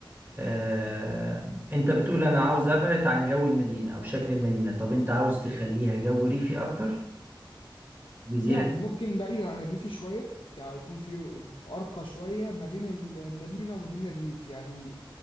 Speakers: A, on the right; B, on the left.
A: آه، انت بتقول انا عاوز ابعد عن جو المدينة او شكل المدينة طب انت عاوز تخليها جو ريفي اكتر جزيرة
B: يعني ممكن بعيدا عن الريف شويه يعني يكون في ر- ارقى شويه ما بين المدينه وما بين الريف يعني